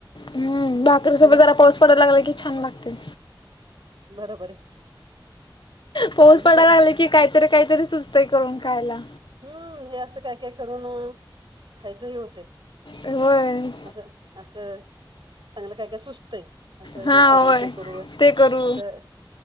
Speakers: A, on the left; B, on the right.
A: हम्म भाकरीसोबत
B: हे घालून
A: जरा पाऊस पडायला लागला कि छान लागते.
B: बरोबर आहे
A: पाोस
B: अगदी
A: पडायला
B: खरं आहे
A: लागले कि काहीतरी काहीतरी सुचतंय करून खायला
B: हम्म हे असं काय काय करून खायचं ह होत
A: होय
B: असं असं चांगलं काय काय सुस्तय-' असं
A: हा
B: हे करू
A: होय
B: ते करू
A: ते करू
B: असं